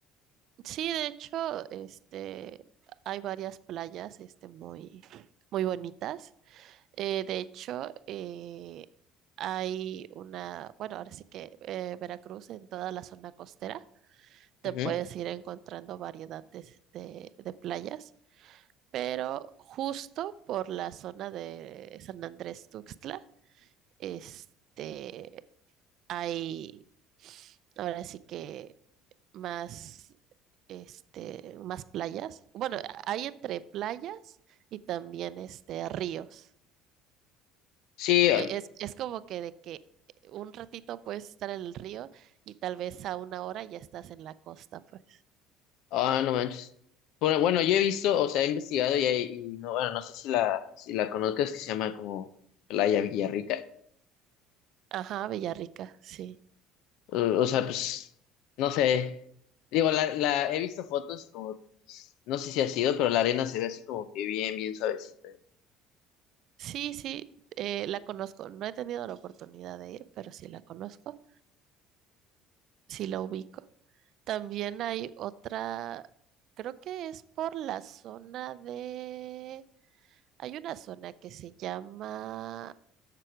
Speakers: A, on the right; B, on the left.
A: Sí, de hecho, este, hay varias playas, este, muy, muy bonitas. Eh, de hecho, eh, hay una, bueno, ahora sí que eh, Veracruz en toda la zona costera te
B: Ujú.
A: puedes ir encontrando variedad de, de- de playas, pero justo por la zona de San Andrés Tuxtla, este, hay ahora sí que más, este, más playas. Bueno, hay entre playas y también este, ríos.
B: Sí, ah,
A: E- Es, es como que de que un ratito puedes estar en el río y tal vez a una hora ya estás en la costa, pues.
B: ah, no manches. Bueno, bueno, yo he visto, o sea, he investigado y, hay- y no, bueno, no sé si la, si la conozcas, que se llama como Playa Villarrica.
A: Ajá, Villarrica, sí.
B: O, o sea, pues, no sé. Digo, la, la he visto fotos y como, pues, no sé si ha sido, pero la arena se ve así como que bien, bien suavecita.
A: Sí, sí, eh, la conozco. No he tenido la oportunidad de ir, pero sí la conozco, sí la ubico. También hay otra, creo que es por la zona de... Hay una zona que se llama